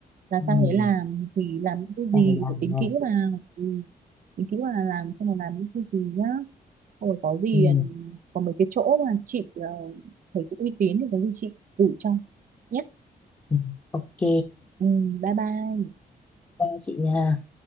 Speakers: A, on the right; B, on the left.
A: là sang
B: Ừ.
A: đấy làm thì làm những cái gì
B: Đây làm
A: phải tính
B: rồi.
A: kỹ vào ừ. tính kỹ vào là làm xem là làm những cái gì nhá Ôi, có gì
B: Ừ.
A: ờ, có mấy cái chỗ mà chị ờ, thấy cũng uy tín thì có gì chị đủ cho nhé.
B: ừ. Ok,
A: Ừ, bye bye.
B: ba chị nha.